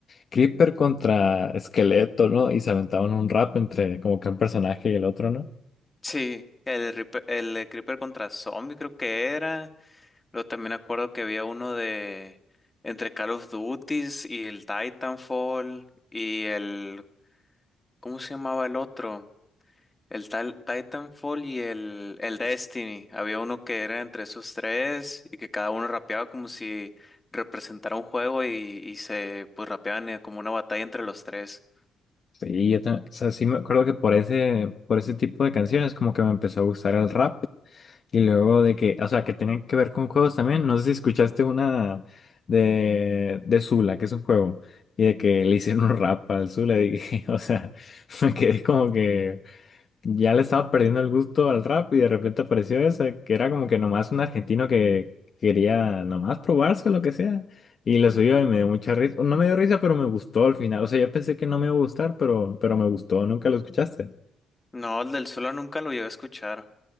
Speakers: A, on the left (about 45°); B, on the left (about 20°).
A: Creeper contra Esqueleto, ¿no? Y se aventaban un rap entre como que un personaje y el otro, ¿no?
B: Sí, el, Reaper- el eh, Creeper contra Zombie creo que era. Luego también acuerdo que había uno de entre Call of Duties y el Titanfall y el ¿cómo se llamaba el otro? El tal Titanfall y el, el Destiny. Había uno que era entre esos tres y que cada uno rapeaba como si representara un juego y, y se pues rapeaban eh, como una batalla entre los tres.
A: Sí, yo también, o sea, sí me acuerdo que por ese, por ese tipo de canciones como que me empezó a gustar el rap. Y luego de que, o sea, que tenían que ver con juegos también. No sé si escuchaste una de, de Zula, que es un juego. Y de que le hicieron un rap al Zula, y dije, <laughs> o sea, me quedé como que. ya le estaba perdiendo el gusto al rap y de repente apareció esa, que era como que nomás un argentino que quería nomás probarse lo que sea. Y lo subió y me dio mucha risa. No me dio risa, pero me gustó al final. O sea, yo pensé que no me iba a gustar, pero, pero me gustó. Nunca lo escuchaste.
B: No, el del solo nunca lo llegué a escuchar.